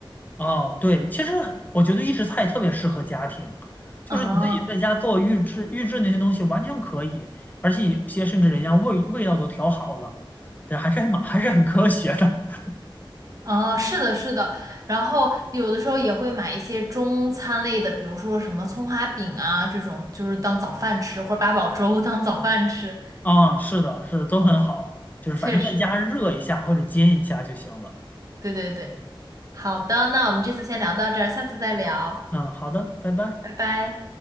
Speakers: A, on the left (about 20°); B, on the right (about 40°).
A: 哦，对，其实我觉得预制菜特别适合家庭，就是你自己在家做预制预制那些东西完全可以，
B: 啊
A: 而且有些甚至人家味味道都调好了，对，还是很蛮还是很科学的。<laughs>
B: 啊，是的，是的。然后有的时候也会买一些中餐类的，比如说什么葱花饼啊这种，就是当早饭吃，或者八宝粥 <laughs> 当早饭吃。
A: 啊、是的，是的，都很好，就是反正在家热一下或者煎一下就行了。
B: 确实，对对对。好的，那我们这次先聊到这儿，下次再聊，
A: 嗯，好的，拜拜。
B: 拜拜。